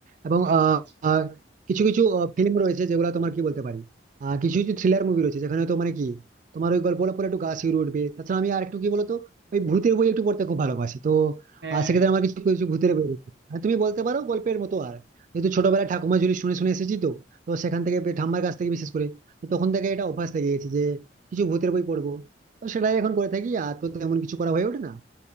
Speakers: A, on the right (about 45°); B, on the right (about 70°).
A: এবং
B: আচ্ছা
A: আহ,
B: আচ্ছা
A: আহ, কিছু কিছু ফিল্ম রয়েছে যেগুলো তোমার কি বলতে পারি আহ, কিছু কিছু থ্রিলার মুভি রয়েছে যেখানে তো মানে কি তোমার ওই গল্পটা পরে একটু গা শিউরে উঠবে তাছাড়া আমি আর একটু কি বলতো ওই ভূতের বই একটু পড়তে খুব ভালোবাসি তো
B: হ্যাঁ
A: আহ, সেক্ষেত্রে আমার কিছু কিছু ভূতের বই রয়েছে। হ্যাঁ তুমি বলতে পারো গল্পের মতো আর যেহেতু ছোটবেলায় ঠাকুমা ঝুলি শুনে শুনে এসেছি তো তো সেখান থেকে পে- ঠাম্মার কাছ থেকে বিশেষ করে তো তখন থেকে এটা অভ্যাস থেকে গেছে যে কিছু ভূতের বই পড়বো তো সেটাই এখন করে থাকি আর তো তেমন কিছু করা হয়ে ওঠে না